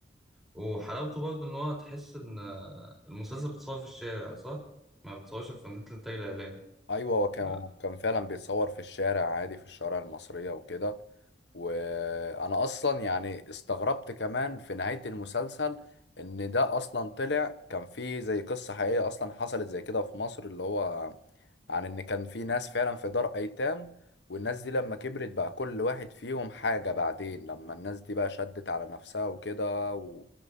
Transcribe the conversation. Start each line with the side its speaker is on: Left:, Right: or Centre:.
Centre: وحلاوته برضه ان هو تحس ان آه، المسلسل بتصور في الشارع صح ما بتصورش في مدينة الانتاج الاعلامي
Left: ايوه هو كان
Centre: آه،
Left: هو كان فعلا بيتصور في الشارع عادي في الشوارع المصريه وكده وانا اصلا يعني استغربت كمان في نهايه المسلسل ان ده اصلا طلع كان في زي قصه حقيقيه اصلا حصلت زي كده في مصر اللي هو عن ان كان في ناس فعلا في دار ايتام والناس دي لما كبرت بقى كل واحد فيهم حاجة بعدين لما الناس دي بقى شدت على نفسها وكده و...